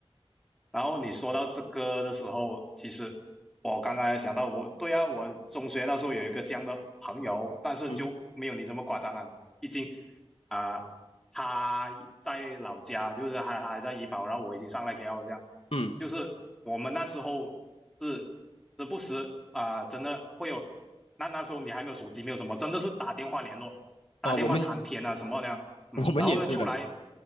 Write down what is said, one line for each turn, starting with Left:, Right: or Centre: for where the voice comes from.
Centre: 然后你说到这个的时候，其实我刚刚也想到我，对啊，我中学那时候有一个这样的朋友，但是就没有你这么夸张啊。
Left: 嗯
Centre: 毕竟啊、他在老家，就是他他还在医保，然后我已经上来 KL 这样，
Left: 嗯，
Centre: 就是我们那时候是时不时啊、真的会有，那那时候你还没有手机，没有什么，真的是打电话联络，打电话谈天啊什么的，
Left: 哦、我们
Centre: 嗯，
Left: 我们也是的，
Centre: 然后出来